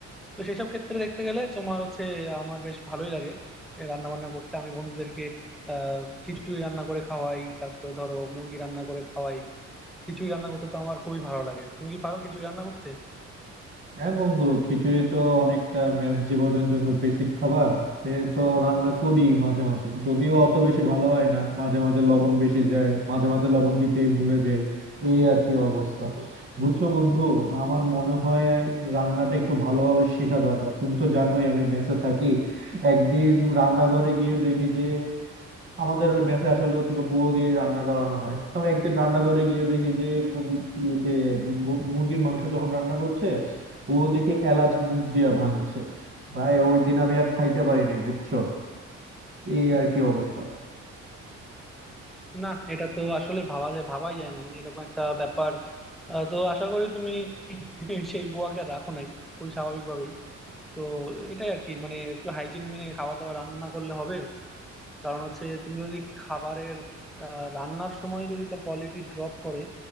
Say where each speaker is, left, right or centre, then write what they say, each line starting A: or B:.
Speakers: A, in the centre; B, on the right (about 40°).
A: তো সেসব ক্ষেত্রে দেখতে গেলে তোমার হচ্ছে আমার বেশ ভালোই লাগে রান্না বান্না করতে আমি বন্ধুদেরকে আহ খিচুড়ি রান্না করে খাওয়াই তারপরে ধরো মুরগি রান্না করে খাওয়াই খিচুড়ি রান্না করতে তো আমার খুবই ভালো লাগে তুমি কি পারো খিচুড়ি রান্না করতে
B: হ্যাঁ বন্ধু খিচুড়ি তো অনেকটা মেস জীবনের জন্য বেসিক খাবার তে তো রান্না করি মাঝে মাঝে যদিও অত বেশি ভালো হয় না মাঝে মাঝে লবণ বেশি যায় মাঝে মাঝে লবণ দিতে ভুলে যাই এই আর কি অবস্থা বুঝছো বন্ধু আমার মনে হয় রান্নাটা একটু ভালোভাবে শেখা দরকার তুমি তো জানোই আমি মেসে থাকি একদিন রান্নাঘরে গিয়ে দেখি যে আমাদের মেসে আসলে হচ্ছে গিয়ে বুয়ো দিয়ে রান্না করানো হয় আমি একদিন রান্নাঘরে গিয়ে দেখি যে কবি ইয়ে যে মু- মুরগির মাংস যখন রান্না করছে বুয়ো দেখি এলাচ মুখ দিয়া ভাঙছে ভাই ওই দিন আমি আর খাইতে পারি নাই বুঝছো এই আর কি অবস্থা
A: না এটা তো আসলে ভাবা যায় ভাবাই যায় না মানে এরকম একটা ব্যাপার আহ, তো আশা করি তুমি <laughs> সেই বুয়াকে আর রাখো নাই খুবই স্বাভাবিকভাবেই তো এটাই আর কি মানে একটু হাইজিন মেনে খাবার দাবার রান্না না করলে হবে কারণ হচ্ছে তুমি যদি খাবারের আহ, রান্নার সময় যদি তার কোয়ালিটি ড্রপ করে